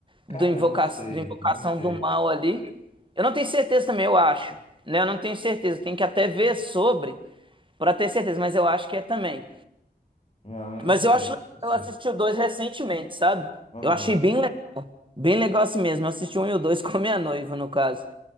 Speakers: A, on the left; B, on the right.
A: Cara,
B: Do, invoca...
A: não sei,
B: do Invocação
A: não sei.
B: do Mal ali. Eu não tenho certeza também, eu acho. Né? Eu não tenho certeza. Eu tenho que até ver sobre para ter certeza, mas eu acho que é também.
A: Não, eu não
B: Mas
A: sei,
B: eu acho legal,
A: não sei.
B: eu assisti o dois recentemente, sabe?
A: Aham.
B: Eu achei bem legal. Bem legal assim mesmo. Eu assisti um e o dois <laughs> com a minha noiva, no caso.